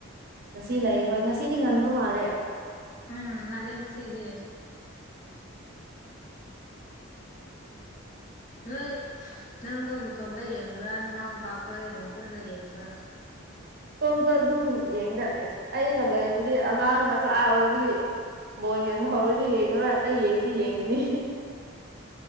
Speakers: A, on the right; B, on the left.
A: ꯉꯁꯤ ꯂꯩ ꯍꯣꯏ ꯉꯁꯤꯗꯤ ꯉꯟꯕ ꯃꯥꯜꯂꯦ
B: ꯎꯝ ꯉꯜꯂꯦ ꯉꯁꯤꯗꯤ ꯂꯩ ꯅꯪꯗꯣ ꯅꯇꯣꯝꯇ ꯌꯦꯡꯕ꯭ꯔꯥ ꯅꯅꯥꯎ ꯅꯨꯄꯥꯈꯣꯏꯒ ꯑꯗꯨꯝ ꯄꯨꯟꯅ ꯌꯦꯡꯕ꯭ꯔꯥ
A: ꯏꯇꯣꯝꯇ ꯑꯗꯨꯝ ꯌꯦꯡꯗ ꯑꯩꯒ ꯂꯩꯕꯨꯗꯤ ꯑꯉꯥꯡ ꯃꯆꯥ ꯑꯣꯏꯕꯒꯤ ꯕꯣꯜ ꯌꯦꯕ ꯍꯧꯔꯗꯤ ꯌꯦꯉꯔꯣꯏ ꯑꯇꯩ ꯌꯦꯡꯗꯤ ꯌꯦꯡꯒꯅꯤ